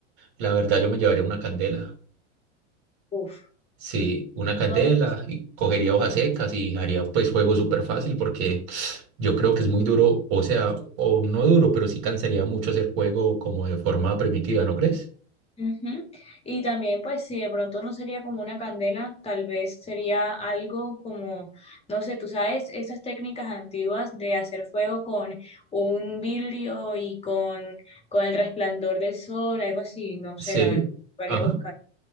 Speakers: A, on the right; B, on the left.
A: la verdad yo me llevaría una candela.
B: Uf.
A: Sí, una candela
B: Hola.
A: y cogería hojas secas y haría pues fuego súper fácil porque <sniffs> yo creo que es muy duro, o sea, o no duro, pero sí cansaría mucho hacer fuego como de forma primitiva, ¿no crees?
B: Ujú. Y también, pues, si de pronto no sería como una candela, tal vez sería algo como, no sé, tú sabes, esas técnicas antiguas de hacer fuego con un vidrio y con, con el resplandor del sol, algo así, no
A: Sí,
B: sé, la verdad, haría
A: ajá,
B: buscar.